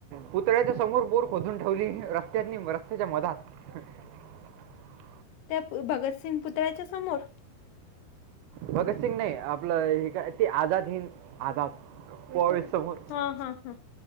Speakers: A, on the right; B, on the left.
A: पुतळ्याच्या समोर बोर खोदून ठेवली रस्त्यात नी रस्त्याच्या मधात. - <inaudible>
B: त्याअ भगतसिंग पुतळ्याच्या समोर. -
A: भगत सिंग नाही, आपलं हे काय ते आझाद हिंद आझाद. - बाईस सोबत
B: हा हा हा